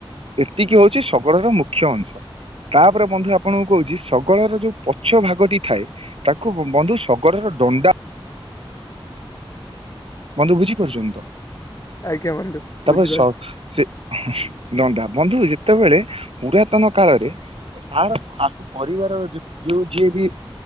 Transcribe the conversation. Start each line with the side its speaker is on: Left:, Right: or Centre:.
Right: ଏତିକି ହୋଉଛି ଶଗଡ ର ମୁଖ୍ୟ ଅଂଶ। ତାପରେ ବନ୍ଧୁ ଆପଣଙ୍କୁ କହୁଛି ଶଗଡର ଯୋଉ ପଛ ଭାଗଟି ଥାଏ। ତାକୁ ବନ୍ଧୁ ଶଗଡର ଦଣ୍ଡା। ବନ୍ଧୁ ବୁଝି ପାରିଛନ୍ତିତ
Left: ଆଜ୍ଞା ବନ୍ଧୁ ବୁଝିପାରୁଛି।
Right: ତାପରେ ଶଗଡ ଦଣ୍ଡା ବନ୍ଧୁ ଯେତେବେଳେ ପୁରାତନ କାଳରେ ଆର କରିବାର ଯୋଉ ଯିଏବି